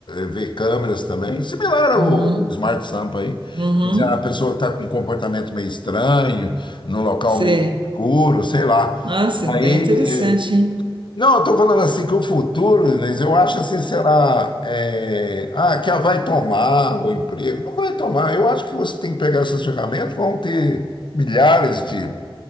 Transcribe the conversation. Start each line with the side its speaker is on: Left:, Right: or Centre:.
Left: ver câmeras também, similar ao,
Right: Uhum.
Left: ao Smart Sampa aí.
Right: Uhum.
Left: Quer dizer, a pessoa está com um comportamento meio estranho, num local
Right: Sei.
Left: meio escuro, sei lá.
Right: Nossa,
Left: Daí,
Right: bem interessante,
Left: eh,
Right: hein?
Left: não, eu estou falando assim que o futuro, Inês, eu acho assim, será, eh, ah, que a vai tomar o emprego. Não vai tomar, eu acho que você tem que pegar essas ferramentas, vão ter milhares de,